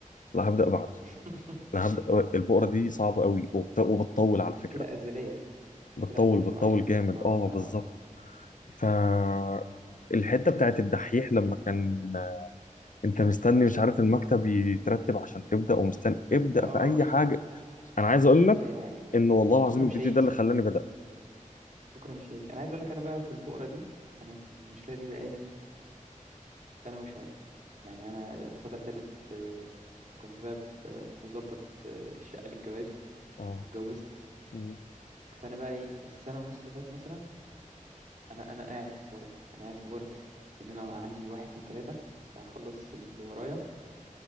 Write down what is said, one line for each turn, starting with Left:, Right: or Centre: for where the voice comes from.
Left: لا هبدأ بعده
Right: <laughs>
Left: لا هبدأ البؤرة دي صعبة قوي وبت- وبتطول على
Right: مشكلة
Left: فكرة
Right: أزلية
Left: بتطول
Right: مشكلة أزلية
Left: بتطول
Right: وأحيانا
Left: جامد
Right: بتطول
Left: أه
Right: اه
Left: بالظبط فالحتة بتاعت الدحيح لما كان أنت مستني مش عارف المكتب يترتب عشان تبدأ ومستني ابدأ
Right: اه
Left: في أي حاجة أنا عايز أقول
Right: ابدأ
Left: لك
Right: في أي حاجة
Left: إن والله العظيم
Right: بكرة مش
Left: الفيديو
Right: هيجي
Left: ده اللي خلاني بدأت
Right: بكرة مش هيجي أنا عايز أقول لك أنا بقى في البؤرة دي أنا في المشكلة دي بقالي سنة وشوية يعني أنا الفترة اللي فاتت آه، كنت بقى ب- بظبط آه، الشقة للجواز
Left: أه
Right: واتجوزت
Left: مم.
Right: فأنا بقى إيه، السنة ونص اللي فاتوا مثلا أنا أنا قاعد في البؤرة دي أنا قاعد في بؤرة إن أنا عندي واحد اتنين تلاتة هخلص اللي ورايا